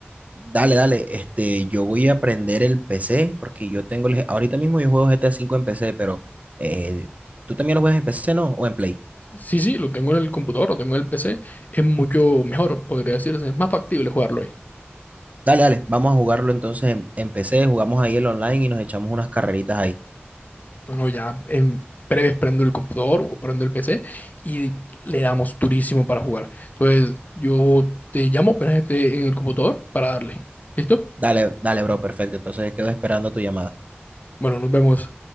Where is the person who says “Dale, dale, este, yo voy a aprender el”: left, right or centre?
Right